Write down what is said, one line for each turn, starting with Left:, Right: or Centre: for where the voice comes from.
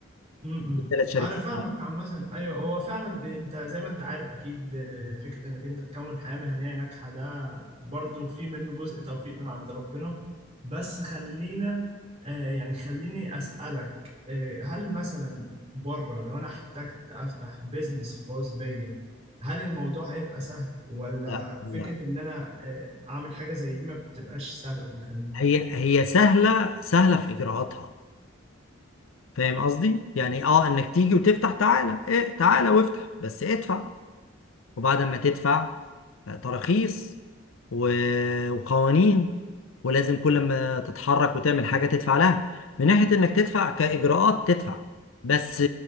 Right: امم
Left: ثلاث شركات
Right: انا فاهمك
Left: عالمية.
Right: عامة ايوه هو فعلا انت زي ما انت عارف اكيد آه، فكرة انك انت تكون حياة مهنية ناجحة ده برضو في منه جزء توفيق من عند ربنا بس خلينا آه، يعني خليني اسألك آه، هل مثلا بره لو انا احتجت افتح بيزنس خاص بيا هل الموضوع هيبقى سهل ولا
Left: لا لا
Right: فكرة ان انا آه، اعمل حاجة زي دي ما بتبقاش سهلة في الخليج
Left: هي هي سهلة سهلة في إجراءاتها فاهم قصدي؟ يعني اه انك تيجي وتفتح تعالى ايه تعالى وافتح بس ادفع وبعد ما تدفع آه، تراخيص و- وقوانين ولازم كل ما تتحرك وتعمل حاجة تدفع لها من ناحية انك تدفع كإجراءات تدفع بس